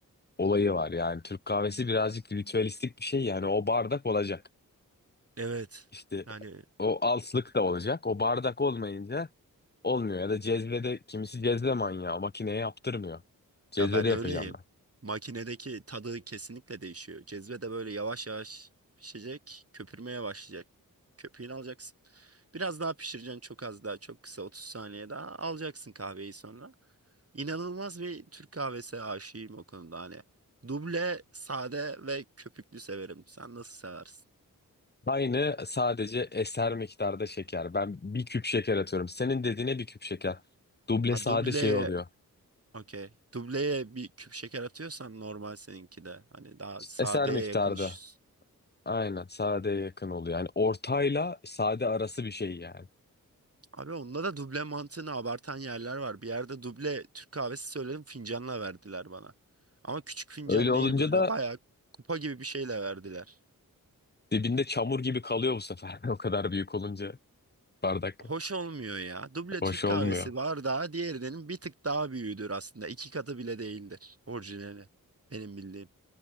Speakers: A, on the left; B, on the right.
A: Olayı var yani. Türk kahvesi birazcık ritüelistik bir şey yani. O bardak olacak.
B: Evet.
A: İşte
B: Yani
A: o alslık da olacak. O bardak olmayınca olmuyor. Ya da cezvede kimisi cezve manyağı. Makineye yaptırmıyor. Cezvede
B: ya ben öyleyim.
A: yapacağım
B: Makinedeki tadı kesinlikle değişiyor. Cezve de böyle yavaş yavaş pişecek, köpürmeye başlayacak. Köpüğünü alacaksın. Biraz daha pişireceksin çok az daha çok kısa 30 saniye daha alacaksın kahveyi sonra. İnanılmaz bir Türk kahvesi aşığıyım o konuda hani. Duble, sade ve köpüklü severim. Sen nasıl seversin?
A: Aynı sadece eser miktarda şeker. Ben bir küp şeker atıyorum. Senin dediğine bir küp şeker. Duble
B: Ha
A: sade
B: dubleye,
A: şey oluyor.
B: okey. Dubleye bir küp şeker atıyorsan normal seninki de. Hani daha sadeye
A: Eser miktarda.
B: yakın iş.
A: Aynen sadeye yakın oluyor. Yani ortayla sade arası bir şey yani.
B: Abi onda da duble mantığını abartan yerler var. Bir yerde duble Türk kahvesi söyledim fincanla verdiler bana. Ama küçük fincan
A: Öyle olunca
B: değil böyle
A: da
B: bayağı kupa gibi bir şeyle verdiler.
A: dibinde çamur gibi kalıyor bu sefer. <laughs> O kadar büyük olunca bardak
B: hoş olmuyor ya. Duble
A: hoş
B: Türk kahvesi
A: olmuyor.
B: bardağı diğerinin bir tık daha büyüğüdür aslında. İki katı bile değildir orijinali. Benim bildiğim.